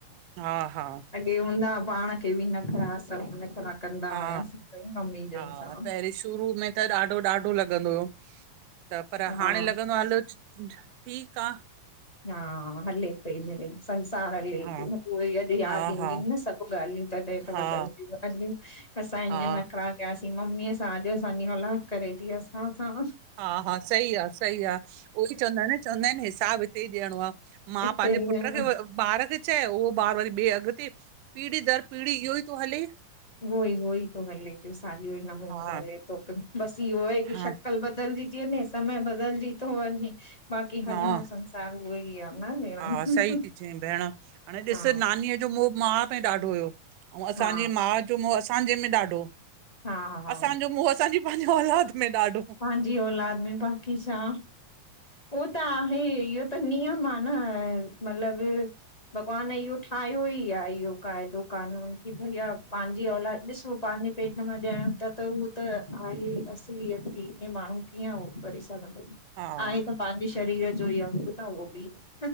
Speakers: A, on the right; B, on the left.
A: हा हा
B: अॻे हूंदा हुआ पाण खे ॿि नख़रा सब नख़रा कंदा
A: हा
B: हुयासीं मम्मी
A: हा
B: ॼनि सां।
A: पहिरीं शुरू में त ॾाढो ॾाढो लॻंदो हुयो, त पर
B: हा
A: हाणे लॻंदो आ हल ठीकु आ।
B: हा, हले! सही में, संसार हले
A: हा
B: पियो, उहे ई अॼु यादि
A: हा
B: ईंदियूं
A: हा
B: आहिनि न सभु ॻाल्हियूं तॾहिं त
A: हा
B: वॾनि ॼियुं। हल असां
A: हा
B: इअ नख़रा कयासीं मम्मीअ सां, अॼु असांॼी औलाद करे थी असां सां।
A: हा, हा, सही आ, सही आ, उहोई चवंदा आहिनि चवंदा आहिन न हिसाब इते ई ॾियणो आ, मां
B: हिते
A: पंहिंजे
B: ईअं
A: पुट खे, ॿार खे चए उहो ॿारु वरी ॿिए अॻिते पीढ़ी दर पीढ़ी इयो ई थो हले।
B: उओई उओई थो हले पियो, साॻियो ई नमूनो
A: हा
B: हले थो, बस इहो आहे क
A: हा
B: शक्कल ॿ बदलजीं थी वञे, समय बदलजीं थो वंञे, बाक़ी
A: हा
B: हलणो संसार उअंई आ न भेण
A: हा, सही थी चई भेण, हाणे
B: हा
A: ॾिस नानीअ ॼो मोह माँ में ॾाढो हुयो, अंऊ असांॼी
B: हा
A: माउ जो मोह असांॼे में ॾाढो।
B: हा हा
A: असांजो मोंह असांजी पंहिंजे औलाद में ॾाढो।
B: पंहिंॼी औलाद में, बाक़ी छा, उह त आहे, ईयो त नियम आ न मतलब भॻवान इहो ठाहियो ई आ इहो क़ाइदो कानून कि भई पंहिंॼी औलाद, ॾिसो पंहिंॼी पेट मां ॼयंण था त उहो त आहे इ असलियत धीअ खे माण्हू कीअं उह करे सघंदो,
A: हा
B: आहे त पंहिंॼे शरीर जो ई अंॻु न उहो ॿि।